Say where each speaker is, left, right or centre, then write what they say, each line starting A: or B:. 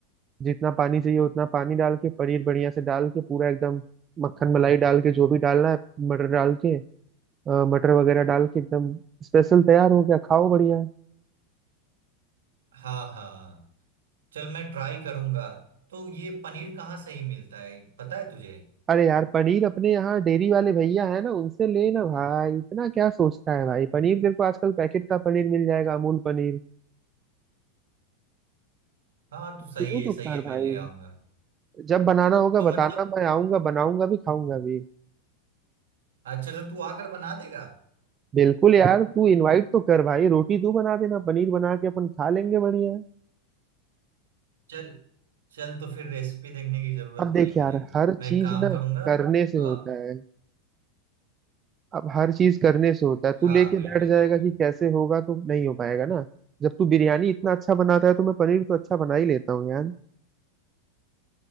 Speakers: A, on the right (about 30°); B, on the right (about 70°).
A: जितना पानी चाहिए उतना पानी डाल के पनीर बढ़िया से डाल के पूरा एकदम मक्खन मलाई डाल के जो भी डालना है मटर डाल के अ, मटर वगैरह डाल के एकदम स्पेशल तैयार हो गया खाओ बढ़िया
B: हाँ हाँ चल मैं ट्राई करूंगा तो ये पनीर कहाँ सही मिलता है पता है तुझे
A: अरे यार पनीर अपने यहाँ डेयरी वाले भैया है ना उनसे ले ना भाई इतना क्या सोचता है भाई पनीर तेरे को आजकल पैकेट का पनीर मिल जाएगा अमूल पनीर
B: हाँ तो
A: शुरू
B: सही है
A: तो
B: सही
A: कर
B: है मैं
A: भाई
B: ले आऊंगा
A: जब बनाना होगा
B: तो
A: बताना
B: मतलब
A: मैं आऊंगा बनाऊंगा भी खाऊंगा भी
B: अच्छा तो तू आकर बना देगा
A: बिल्कुल यार तू इनवाइट तो कर भाई रोटी तू बना देना पनीर बना के अपन खा लेंगे बढ़िया
B: चल चल तो फिर रेसिपी देखने की जरूरत
A: अब देख
B: नहीं है
A: यार
B: मुझे
A: हर
B: मैं
A: चीज
B: एक काम
A: ना
B: करूंगा
A: करने
B: तो
A: से होता
B: आप
A: है अब हर चीज करने से होता है तू
B: हाँ
A: लेके
B: बिल्कुल
A: बैठ जाएगा
B: बिल्कुल
A: कि कैसे होगा तो नहीं हो पाएगा ना जब तू बिरयानी इतना अच्छा बनाता है तो मैं पनीर तो अच्छा बना ही लेता हूँ यार